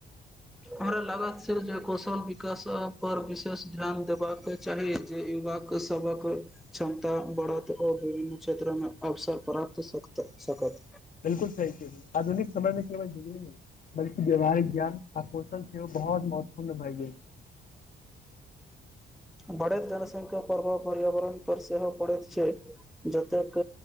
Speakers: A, in the centre; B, on the left.
A: हमरा लागैत छैक जे कौशल विकास पर विशेष ध्यान देबाकेँ चाही जे युवाक सबक क्षमता बढ़त औ विभिन्न क्षेत्र मे अवसर पड़ कत सकत
B: बिलकुल सही चीज आधुनिक समय मे केवल बिजली बल्कि व्यवहारिक ज्ञान आ कौशल सेहो बहुत महत्वपूर्ण भए गेल छै
A: बढ़ैत जनसंख्या प्रभाव पर्यावरण पर सेहो पड़ैत छै जतेक